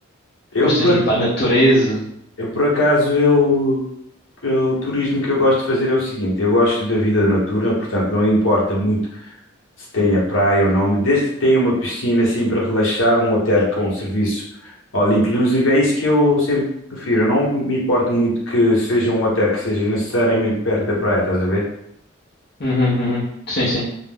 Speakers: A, on the left; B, on the left.
A: Eu
B: gostas
A: por, ac-
B: de ir para a natureza?
A: eu, por acaso eu que o turismo que eu gosto de fazer é o seguinte: eu gosto da vida noturna, portanto, não importa muito se tem a praia ou não, desde que tenha uma piscina assim para relaxar, um hotel com um serviço all inclusive, é isso que eu sempre prefiro. Eu não me importo muito que seja um hotel que seja necessariamente perto da praia, estás a ver?
B: Uhum, uhum. Sim, sim.